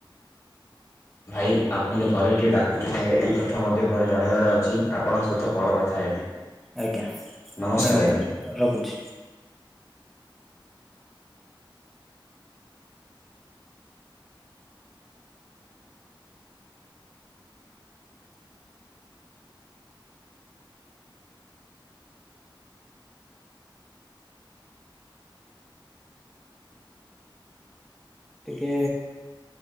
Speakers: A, on the left; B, in the centre.
A: ଭାଇ ଆପଣ ଟ ଘରେ ଟିକଏ ଡାକୁଛନ୍ତି ଏଇ କଥା ମଧ୍ୟ ଘରେ ଜଣେଇବାର ଅଛି ଆପଣଙ୍କ ସହିତ ପର କଥା ହେବି।
B: ଆଜ୍ଞା
A: ନମସ୍କାର
B: ଧନ୍ୟବାଦ
A: ଆଜ୍ଞା।
B: ରଖୁଛି। ଟିକେ